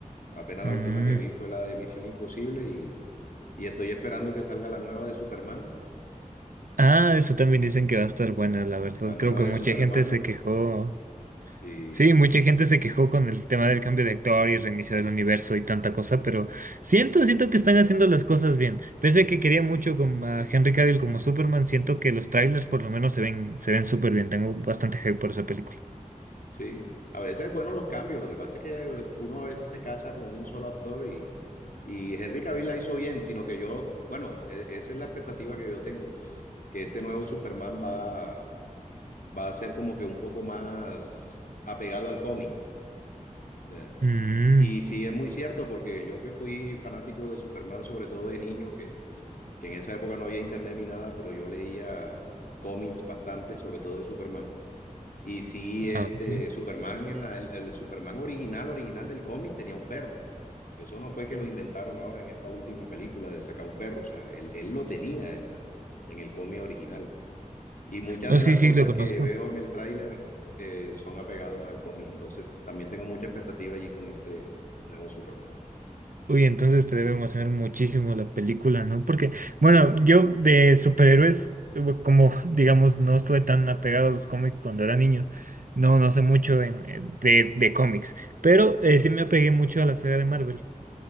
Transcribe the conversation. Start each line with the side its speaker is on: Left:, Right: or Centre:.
Left: Apenas
Right: Mm.
Left: la última que vi fue la de Misión Imposible y, y estoy esperando que salga la nueva de Superman,
Right: Ah, eso también dicen que va a estar buena, la verdad.
Left: la nueva
Right: Creo que
Left: de
Right: mucha
Left: Superman,
Right: gente se quejó
Left: sí,
Right: Sí, mucha gente se quejó con el tema del cambio de actor y reiniciar el universo y tanta cosa, pero siento, siento que están haciendo las cosas bien. Pese a que quería mucho con a Henry Cavill como Superman, siento que los trailers por lo menos se ven, se ven súper bien. Tengo bastante hype por esa película.
Left: sí. A veces, bueno, los cambios, lo que pasa es que uno a veces se casa con un solo actor y, y Henry Cavill la hizo bien, sino que yo, bueno, e- esa es la expectativa que yo tengo que este nuevo Superman va, va a ser como que un poco más apegado al cómic. ¿ya?
Right: Mm,
Left: Y sí, es muy cierto, porque yo que fui fanático de Superman, sobre todo de niño, que, que en esa época no había internet ni nada, pero yo leía cómics bastante, sobre todo de Superman. Y sí, este
Right: ah, ok.
Left: Superman, en la, el, el Superman original, original del cómic, tenía un perro. Eso no fue que lo inventaron ahora en esta última película de sacar un perro, o sea, él, él lo tenía en, la, en el cómic original. Y muchas
Right: No,
Left: de
Right: sí,
Left: las
Right: sí,
Left: cosas
Right: lo conozco.
Left: que veo en el tráiler eh, son apegados al cómic, entonces también tengo mucha expectativa allí con este nuevo Superman.
Right: Uy, entonces te debe emocionar muchísimo la película, ¿no? Porque, bueno, yo de superhéroes, bu- como digamos, no estuve tan apegado a los cómics cuando era niño, no, no sé mucho en, en- de, de cómics, pero eh, sí me apegué mucho a la saga de Marvel.